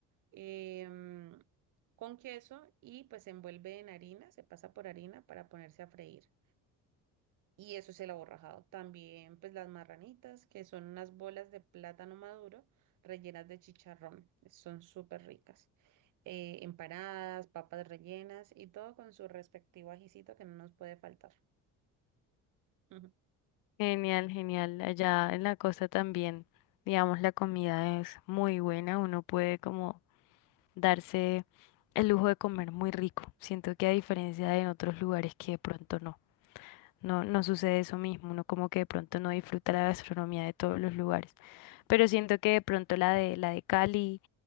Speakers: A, on the right; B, on the left.
A: em, con queso y pues se envuelve en harina, se pasa por harina para ponerse a freír y eso es el aborrajado. También pues las marranitas, que son unas bolas de plátano maduro rellenas de chicharrón. Son súper ricas. Eh, empanadas, papas rellenas y todo con su respectivo ajicito que no nos puede faltar. Ujú.
B: Genial, genial. Allá en la costa también, digamos, la comida es muy buena. Uno puede como darse el lujo de comer muy rico. Siento que a diferencia de en otros lugares que de pronto no. No, no sucede eso mismo, uno como que de pronto no disfruta la gastronomía de todos los lugares. Pero siento que de pronto la de la de Cali,